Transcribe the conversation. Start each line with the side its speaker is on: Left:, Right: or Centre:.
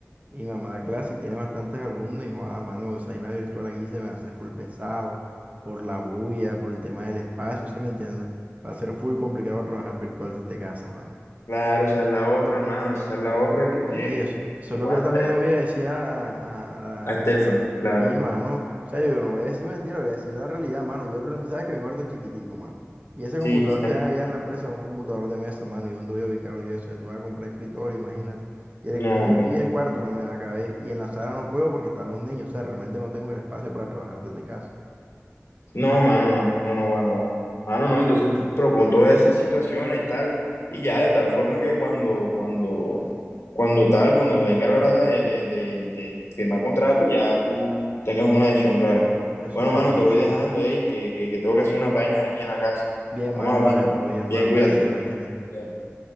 Right: Y mi mamá da clases y tiene bastantes alumnos. Y, joder, mano, esa vaina virtual aquí se me hace full pesado por la bulla, por el tema del espacio, ¿sí me entiendes? Va a ser full complicado trabajar virtual desde casa, mano.
Left: Claro, esa es la otra, hermano, esa es la otra que fue,
Right: Sí, eso.
Left: que
Right: Eso es
Left: aguanta.
Right: lo que yo también le voy a decir a,
Left: A Stephanie,
Right: a,
Left: claro.
Right: Sí, mano. O sea, yo no voy a decir mentira, voy a decir la realidad, mano. Yo, real- sabes que mi cuarto es chiquitico, mano. Y ese
Left: Sí,
Right: computador
Left: sí.
Right: que dan allá en la empresa es un computador de mesa, mano. ¿Y dónde voy a ubicarlo yo eso? Entonces voy a comprar escritorio, imagínate. Y
Left: no,
Right: el escritorio
Left: hombre,
Right: aquí
Left: no.
Right: en el cuarto no me da caber. Y en la sala no puedo porque están los niños. O sea, realmente no tengo el espacio para trabajar desde casa.
Left: No, mano, no, no, no va, no va. Mano, no,
Right: Sí.
Left: entonces propon todas esas situaciones y tal, y ya de tal forma que cuando, cuando, cuando tal, cuando venga la hora de, de, de- de firmar contrato, ya tú tengas una decisión clara.
Right: Eso
Left: Bueno,
Right: va,
Left: mano,
Right: mano,
Left: te voy
Right: eso
Left: dejando,
Right: va.
Left: ey, que, que, que tengo que hacer unas vainas aquí en la casa.
Right: Bien,
Left: Estamos
Right: mano,
Left: hablando.
Right: vale, todo bien,
Left: Bien,
Right: mano.
Left: cuídate.
Right: Gracias, ahorita bien.
Left: Bien.